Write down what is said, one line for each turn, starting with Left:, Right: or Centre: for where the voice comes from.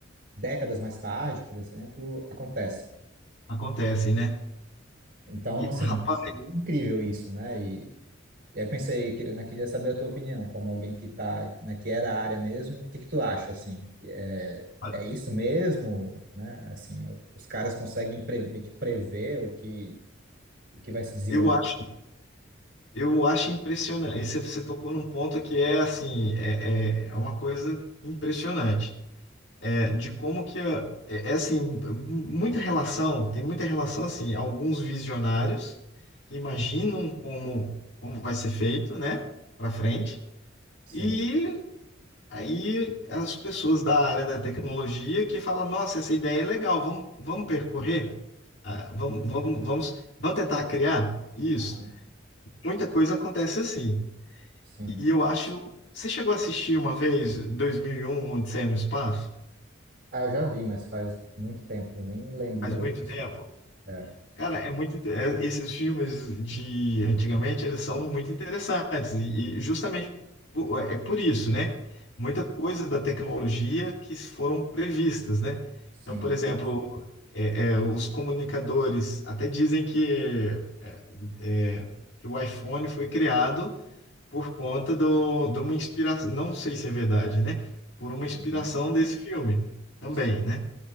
Right: décadas mais tarde, por exemplo, acontecem.
Left: acontecem, né?
Right: Então,
Left: E,
Right: assim,
Left: rapaz,
Right: acho incrível isso, né? E, e aí eu pensei que eu queria saber a tua opinião, como alguém que tá, né, que é da área mesmo, o que que tu acha, assim? É,
Left: olha,
Right: é isso mesmo, né? Assim, os caras conseguem pre- meio que prever o que, o que vai se desenvolver.
Left: eu acho, eu acho impressionante. E você, você tocou num ponto que é assim, é, é é uma coisa impressionante. É, de como que a- é, é assim, muita relação, tem muita relação assim, alguns visionários que imaginam como, como vai ser feito, né, para frente.
Right: Sim,
Left: E Aí as pessoas da área da tecnologia que falam, nossa, essa ideia é legal, vamos, vamos percorrer, Ah, vamos, vamos, vamos, vamos tentar criar isso.
Right: aham,
Left: Muita coisa acontece assim.
Right: sim.
Left: E eu acho, você chegou a assistir uma vez 2001, Uma Odisseia no Espaço?
Right: Ah, eu já vi, mas faz muito tempo, nem lembro
Left: Faz
Right: direito,
Left: muito
Right: assim.
Left: tempo.
Right: É,
Left: Cara, é muito, inte- é- esses filmes de antigamente, eles são muito interessantes e, e justamente po- é é por isso, né? Muita coisa da tecnologia que foram previstas, né?
Right: sim,
Left: Então, por exemplo, é, é, os comunicadores até dizem que, é, é, que o iPhone foi criado por conta do, de uma inspiração, não sei se é verdade, né? Por uma inspiração
Right: uhum,
Left: desse filme também,
Right: sim,
Left: né?